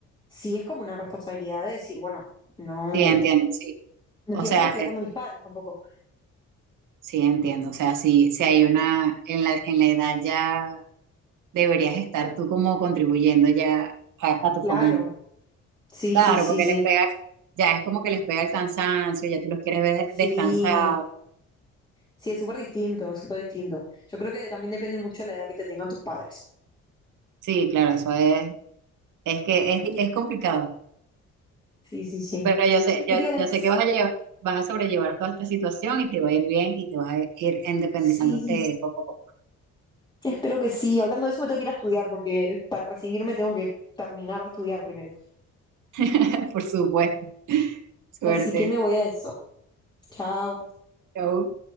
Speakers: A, on the left; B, on the right.
A: sí es como una responsabilidad de decir, bueno, no,
B: Sí, entiendo, sí.
A: no
B: O
A: quiero
B: sea,
A: estar explotando a mis padres tampoco.
B: Sí, entiendo. O sea, si, si hay una, en la, en la edad ya deberías estar tú como contribuyendo ya a, a tu
A: Claro,
B: familia.
A: sí,
B: Claro,
A: sí, sí,
B: porque
A: sí.
B: les pega, ya es como que les pega el cansancio, ya tú los quieres ver
A: Sí,
B: descansados.
A: sí, es súper distinto, súper distinto. Yo creo que también depende mucho de la edad que te tengan tus padres.
B: Sí, claro, eso es, es que es, es complicado.
A: Sí, sí, sí.
B: Pero yo sé,
A: ¿Qué
B: yo,
A: te iba a
B: yo
A: decir?
B: sé que vas a llevar, vas a sobrellevar toda esta situación y te va a ir bien y te vas a ir independizándote
A: Sí,
B: poco a poco.
A: espero que sí. Hablando de eso, me tengo que ir a estudiar porque para recibirme tengo que terminar de estudiar primero.
B: <laughs> Por supuesto. Suerte.
A: Así que me voy a eso. Chao.
B: Chau.